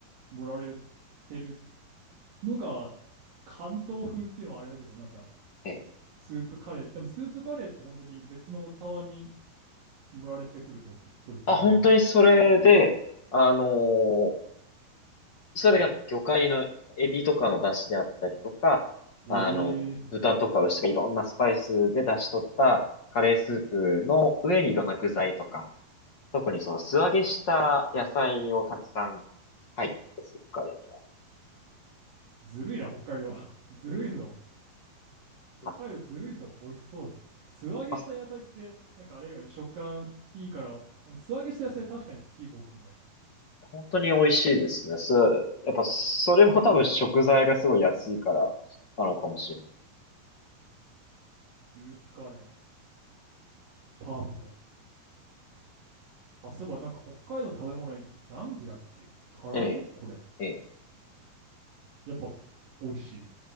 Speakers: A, on the right (about 70°); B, on the left (about 40°).
A: 盛られてるのが関東風っていうのはあれだけど、なんか
B: ええ
A: スープカレー。でもスープカレーって本当に別のお茶碗に盛られてくるってことそれって本当
B: あ、本当にそれで、あのーそれだけが魚介のエビとかの出汁であったりとか、
A: え
B: あの、
A: えー、
B: 豚とか牛とかいろんなスパイスで出し取ったカレースープの上にいろんな具材とか、特にその素揚げした野菜をたくさん入ってて、スープカレーには。
A: ずるいな、北海道。<laughs> ずるいぞ。北海道ずるいぞ。
B: まあ、
A: 美味しそうだ。素揚げした野菜って、
B: まあ
A: なんかあれよね、食感いいから、素揚げした野菜確かに好き、僕も。
B: 本当に美味しいですね。す、やっぱそれも多分食材がすごい安いからなのかもしれない。
A: スープカレー、パフェ。あ、そういえばなんか北海道の食べ物にってザンギだっけ唐揚げこれ。
B: ええ、ええ。
A: やっぱ美味しい。